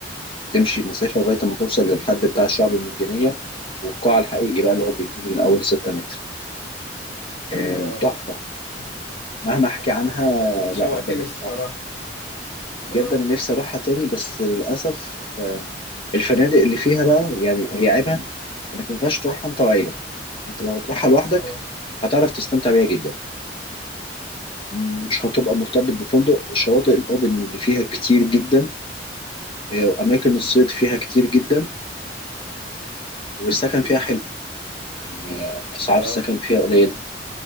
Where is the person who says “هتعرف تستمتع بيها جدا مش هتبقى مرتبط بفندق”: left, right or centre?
Left